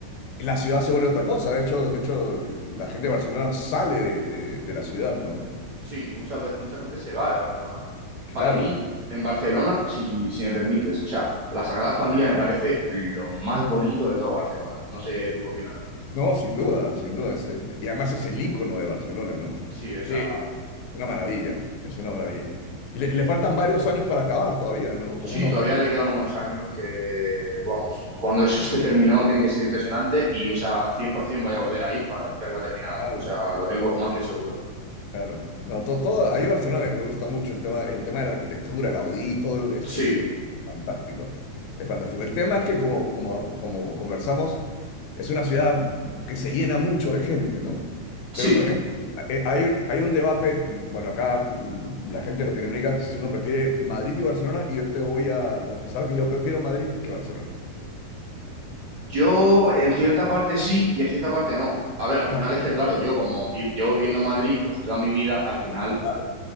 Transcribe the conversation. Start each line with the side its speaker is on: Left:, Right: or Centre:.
Left: La ciudad se vuelve otra cosa, de hecho, de hecho, la gente de Barcelona sale de, de- de la ciudad, ¿no?
Right: Sí, mucha, ve- mucha gente se va de Barcelona.
Left: Claro.
Right: Para mí, en Barcelona, si, si me permites, o sea, la Sagrada Familia me parece lo más bonito de todo Barcelona. No sé tú qué opinarás.
Left: No, sin duda, sin duda. es- es- y además es el icono de Barcelona, ¿no?
Right: Sí, o
Left: Sí,
Right: sea,
Left: es una maravilla, es una maravilla. Y le, le faltan varios años para acabar todavía, ¿no? Como
Right: sí,
Left: unos...
Right: todavía le quedan unos años que, vamos, cuando eso esté terminado tiene que ser impresionante y, o sea, 100% voy a volver a ir para verla terminada.
Left: Claro.
Right: O sea, lo tengo más que seguro.
Left: Claro, no, to- todo, a mí Barcelona me, me gusta mucho el tema, el tema de la arquitectura, Gaudí, todo es,
Right: Sí,
Left: es- es fantástico, es fantástico. El tema es que como, como, como conversamos, es una ciudad que se llena mucho de gente, ¿no?
Right: sí.
Left: Pero por ejemplo, eh, hay, hay un debate, bueno, acá mm, la gente de Latinoamérica, si uno prefiere Madrid y Barcelona, y yo te voy a confesar que yo prefiero Madrid que Barcelona.
Right: Yo en cierta parte sí y en cierta parte no. A ver, al final
Left: Ajá.
Right: es que, claro, yo como vi- llevo viviendo en Madrid pues toda mi vida, al final
Left: Claro,